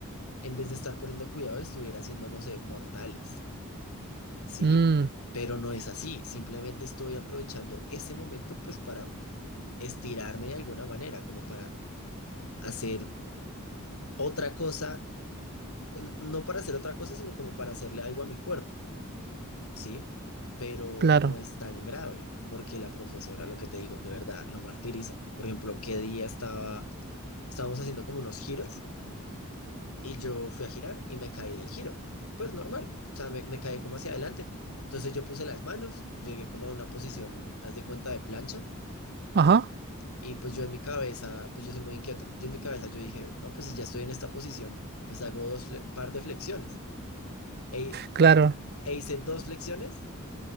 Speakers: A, on the left (about 80°); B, on the right (about 45°).
A: en vez de estar poniendo cuidado, estuviera haciendo, no sé, mortales, ¿sí?
B: Mm,
A: Pero no es así, simplemente estoy aprovechando ese momento pues para estirarme de alguna manera, como para hacer otra cosa, n- no para hacer otra cosa, sino como para hacerle algo a mi cuerpo. ¿sí? Pero
B: claro.
A: no es tan grave, porque la profesora, lo que te digo, de verdad, lo martiriza. Por ejemplo, qué día estaba, estábamos haciendo como unos giros y yo fui a girar y me caí del giro. Pues normal, o sea, me, me caí como hacia adelante. Entonces yo puse las manos, llegué como a una posición, haz de cuenta, de plancha.
B: Ajá,
A: Y pues yo en mi cabeza, pues yo soy muy inquieto, yo en mi cabeza yo dije, no, pues si ya estoy en esta posición, pues hago dos fle- par de flexiones. E,
B: claro.
A: e hice dos flexiones